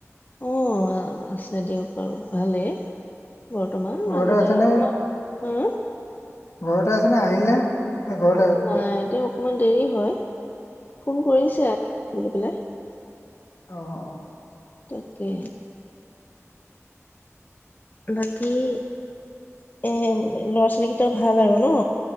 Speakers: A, on the left (about 35°); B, on the left (about 65°).
A: অ', আছে দিয়ক বাৰু ভালেই বৰ্তমান
B: ঘৰতে
A: মাজতে
B: আছেনে
A: অকমান, হো
B: ঘৰতে আছেনে, আহিলে নে? ঘৰতে
A: অ', নাই তেওঁ অকমান দেৰি হয়, ফোন কৰিছে বুলি পেলাই।
B: অঁ, অঁ।
A: তাকে। বাকী এ ল'ৰা ছোৱালী কেইটা ভাল আৰু ন?